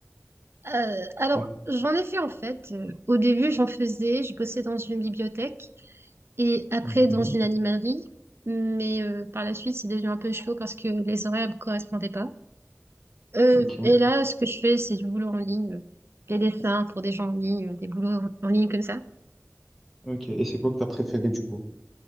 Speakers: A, on the right (about 50°); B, in the centre.
A: Euh, alors,
B: Oui.
A: j'en ai fait en fait. Euh, au début, j'en faisais, je bossais dans une bibliothèque et après
B: Mhm.
A: dans une animalerie. Mais euh, par la suite, c'est devenu un peu chaud parce que les horaires ne me correspondaient pas. Euh,
B: Ok,
A: et là, ce que je fais, c'est du boulot en ligne, euh, des dessins pour des gens en ligne, euh, des boulots en ligne comme ça.
B: ok. Et c'est quoi que t'as préféré du coup?